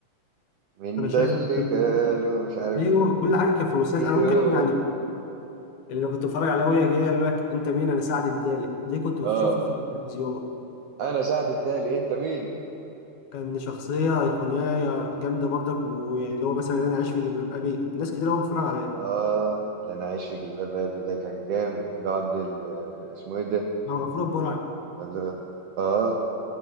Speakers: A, on the right (about 75°); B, on the left (about 70°).
A: مين
B: انا شايف
A: ده اللي
B: الفيلم بيكون-
A: قالوا مش عارف
B: ايوه كل حاجه كانت في المسلسل
A: ايه
B: انا ممكن
A: هو
B: يعني اللي كنت بتفرج عليه وهي جايه يقول لك انت مين انا سعد الدالي دي كنت بشوفها
A: اه
B: في التلفزيون
A: انا سعد الدالي انت مين
B: كان شخصية أيقونية جامدة برضك واللي هو مثلا أنا عايش في جلباب أبي ناس كتير أوي بتتفرج عليه
A: اه لا انا عايش في جلباب ابي ده كان جامد اللي هو عبد ال- اسمه ايه ده
B: أو غفور البرعي
A: عبد ال- اه